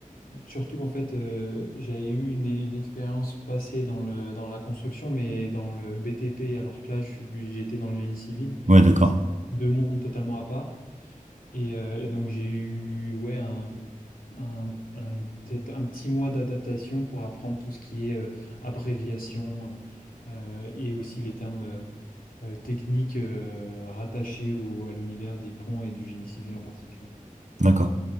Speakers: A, on the left; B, on the right.
A: surtout en fait, euh, j'avais eu une, une expérience passée dans le dans la construction, mais dans le BTP. Alors que là, je suis du- j'étais dans le génie civil
B: Ouais d'accord,
A: et c'est deux mondes totalement à part. Et, euh, et donc j'ai eu ouais un un, un- peut-être un petit mois d'adaptation pour apprendre tout ce qui est euh, abréviation euh, et aussi les termes. euh, euh, techniques euh, rattachées au- à l'univers des ponts et du génie civil en particulier.
B: d'accord.